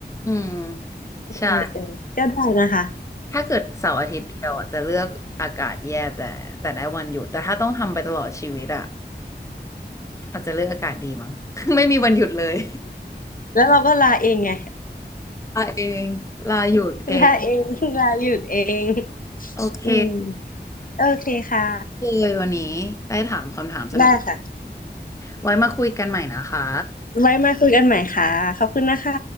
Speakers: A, on the left; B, on the left.
A: อืม
B: เออเออก็ได้นะคะ
A: ใช่ถ้าเกิดเสาร์อาทิตย์เดียวอะจะเลือกอากาศแย่แต่แต่ได้วันหยุดแต่ถ้าต้องทำไปตลอดชีวิตอ่ะอาจจะเลือกอากาศดีมั้ง <laughs> ไม่มีวันหยุดเลย
B: แล้วเราก็ลาเองไง
A: <laughs> ลาเองลาหยุดเอง
B: <laughs> ลาเองลาหยุดเอง
A: โอเค
B: อืมโอเคค่ะ
A: เลยวันนี้ได้ถามคำถามสนุก
B: ได้ค่ะ
A: ไว้มาคุยกันใหม่นะคะ
B: ไว้มาคุยกันใหม่ค่ะ ขอบคุณนะคะ